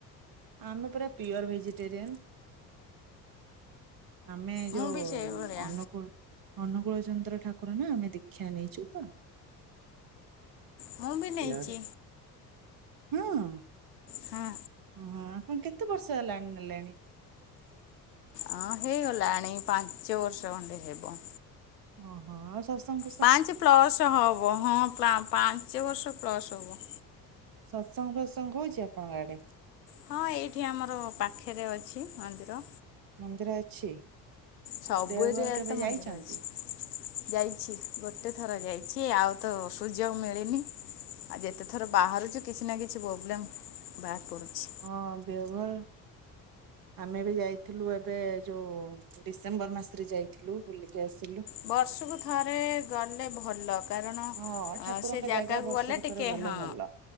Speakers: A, on the right (about 45°); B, on the left (about 75°).
A: ଆମେ ପୁରା ପିଓର ଭେଜିଟେରିୟାନ। ଆମେ
B: ମୁଁ
A: ଯୋଉ
B: ବି ସେଇଭଳିଆ।
A: ଅନୁକୁଳ ଅନୁଗୂଳ ଚନ୍ଦ୍ର ଠାକୁର ନା ଆମେ ଦୀକ୍ଷା ନେଇଛୁ ତ।
B: ମୁଁ ବି ନେଇଛି
A: ଗାଁ ରେ କିଅଣ
B: ହଁ
A: ହଁ ଆପଣ କେତେ ବର୍ଷ ହେଲାଣି ନେଲେଣି?
B: ଅ ହେଇଗଲାଣି ପାଞ୍ଚ ବର୍ଷ ଖଣ୍ଡେ ହେବ।
A: ଓହୋ ଆଉ ଶାଶଙ୍ଗ
B: ପାଞ୍ଚ ପ୍ଲସ୍ ହବ ହଁ ପା ପାଞ୍ଚ ବର୍ଷ ପ୍ଲସ୍ ହବ।
A: ସତ୍ସଙ୍ଗ ପ୍ରତ୍ସଙ୍ଗ ହଉଛି ଆପଣଙ୍କ ଆଡେ?
B: ହଁ ଏଇଠି ଆମର ପାଖରେ ଅଛି ମନ୍ଦିର।
A: ମନ୍ଦିର ଅଛି
B: ସବୁ
A: ଆଉ ଦେଓଘର
B: ଏରିଆରେ
A: କେବେ
B: ତ ମନ୍ଦିର
A: ଯାଇଛନ୍ତି?
B: ଅଛି ଯାଇଛି ଗୋଟେ ଥର ଯାଇଛି ଆଉ ତ ଅ ସୁୁଯୋଗ ମିଳିନି ଆଉ ଯେତେ ଥର ବାହାରୁଛି କିଛି ନା କିଛି ପ୍ରୋବ୍ଲେମ୍ ବାହାରି ପଡ଼ୁଛି।
A: ହଁ ଦେଓଗର ଆମେ ବି ଯାଇଥିଲୁ ଏବେ ଯୋଉ ଡିସେମ୍ବର ମାସରେ ଯାଇଥିଲୁ ବୁଲିକି ଆସିଲୁ।
B: ବର୍ଷକୁ ଥରେ ଗଲେ ଭଲ। କାରଣ
A: ହଁ ଠାକୁରଙ୍କ
B: ସେ ଜାଗାକୁ
A: ଜାଗା ବର୍ଷକୁ
B: ଗଲେ ଟିକିଏ
A: ଥରେ ଗଲେ
B: ହଁ
A: ଭଲ।